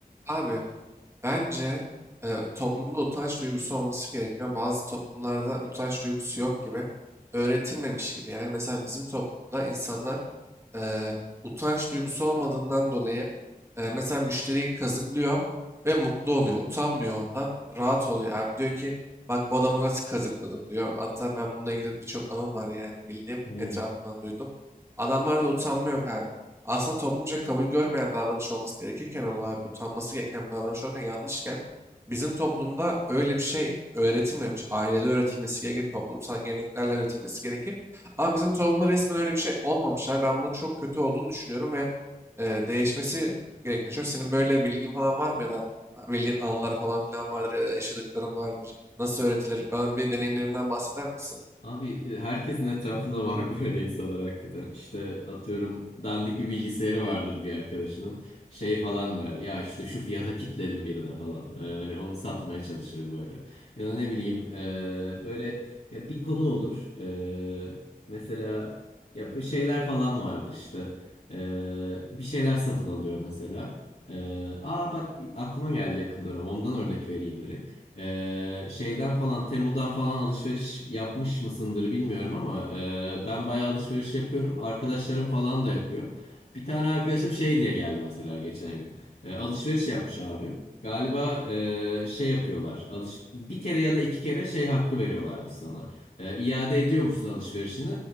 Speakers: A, on the right; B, on the left.
A: Abi bence e, toplumda utanç duygusu olması gerekiyor. Bazı toplumlarda utanç duygusu yok gibi, öğretilmemiş gibi. Yani mesela bizim toplumda insanlar e, utanç duygusu olmadığından dolayı e, mesela müşteriyi kazıklıyor ve mutlu oluyor. Utanmıyor ondan, rahat oluyor. Abi diyor ki bak bu adamı nasıl kazıkladım diyor. Hatta ben bununla ilgili birçok anım var yani bildiğim,
B: Hmm.
A: etrafımdan duydum. Adamlarda utanma yok abi. Aslında toplumca kabul görmeyen davranış olması gerekirken olay bu utanması gereken bir davranış olurken yanlışken bizim toplumda öyle bir şey öğretilmemiş. Ailede öğretilmesi gerekir, toplumsal geleneklerle öğretilmesi gerekir. Ama bizim toplumda resmen öyle bir şey olmamış. Yani ben bunun çok kötü olduğunu düşünüyorum ve e, değişmesi gerektiğini düşünüyorum. Senin böyle bilgin falan var mı ya da bildiğin anılar falan filan vardır ya da yaşadıkların vardır. Nasıl öğretilir? Bana bir deneyimlerinden bahseder misin?
B: Abi e, herkesin etrafında var <laughs> böyle insanlar hakikaten. İşte atıyorum dandik bir bilgisayarı vardır bir arkadaşının. Şey falan der. Ya işte şu fiyata kitledim birine falan. Ee, hani onu satmaya çalışır böyle. Ya da ne bileyim e, böyle ya bir konu olur. E, mesela ya bu şeyler falan vardır işte. E, bir şeyler satın alıyor mesela. E, aa bak aklıma geldi yakın dönem. Ondan örnek vereyim direkt. Ee, şeyden falan Temu'dan falan alışveriş yapmış mısındır bilmiyorum ama e, ben bayağı alışveriş yapıyorum. Arkadaşlarım falan da yapıyor. Bir tane arkadaşım şey diye geldi mesela geçen gün. E, alışveriş yapmış abi. Galiba e, şey yapıyorlar. Alış bir kere ya da iki kere şey hakkı veriyorlarmış sana. E, iade ediyormuşsun alışverişini.